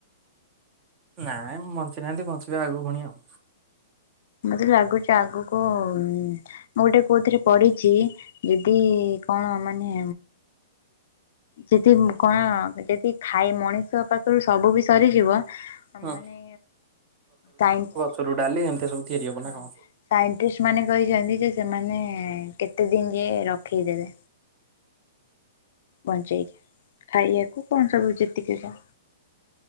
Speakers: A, on the right; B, on the left.
A: ନାଇଁ ମୁ ବଞ୍ଚିନାହାନ୍ତି ବଞ୍ଚିବା ଆଗକୁ ପୁଣି ଆଉ।
B: ମତେ ଲାଗୁଛି ଆଗକୁ। ମୁଁ ଗୋଟେ କୋଉଥିରେ ପଢିଛି ଯଦି କଣ ମାନେ। ଯଦି କଣ ଯଦି ଖାଇ ମଣିଷ ପାଖରୁ ସବୁ ବି ସରିଯିବ। ଆ
A: ହୁଁ
B: ମାନେ କାହଁକୀ।
A: ସରୁ ଡାଲି ଏମତି ସବୁ। ତିଆରି ହବ
B: ହଁ
A: ନା କଣ?
B: ସାଇଣ୍ଟିଷ୍ଟ ମାନେ କହିଛନ୍ତି ଯେ ସେମାନେ କେତେ ଦିନ ଯାଏଁ ରଖେଇଦେବେ। ବଞ୍ଚେଇକୀ ଖାଇବାକୁ କଣ ସବୁ ଯେତିକି ଯ।